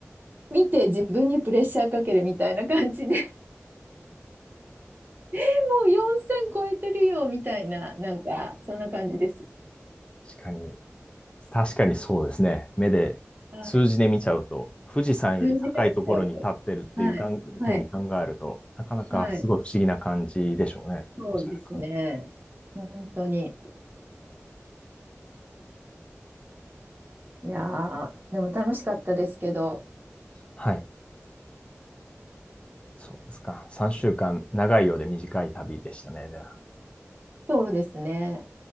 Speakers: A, on the right; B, on the left.
A: 見て自分にプレッシャーかけるみたいな感じで <laughs> もう4000超えてるよみたいな、なんか、そんな感じです。
B: 確かに。確かにそうですね。目で、
A: はい。
B: 数字で見ちゃうと、富士山より高いところに立ってるっていうかんふうに考えると、
A: 数字が出ちゃうと。はい。はい。
B: なかなかすごい不思議な感じでしょうね。
A: はい。そうですね。
B: おそらく。
A: 本当に。いやー、でも楽しかったですけど、
B: はい。そうですか。3週間、長いようで短い旅でしたね。では
A: そうですね。